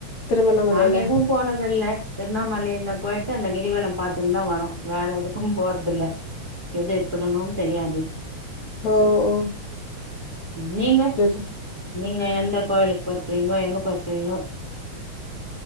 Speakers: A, on the left (about 70°); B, on the right (about 15°).
A: திருவண்ணாமலையில?
B: நாங்க எதுவும் போனது இல்ல திருவண்ணாமலையில போய் அந்த கிரிவலம் பாத்துட்டு தான் வரும் வேற எதுக்கும் போறதுயில்ல எது இருக்குதுனு தெரியாது
A: ஹ ஓ
B: நீங்க
A: சரி.
B: நீங்க எந்த கோயில் போயிருக்கீங்களோ எங்க போயிருக்கிங்களோ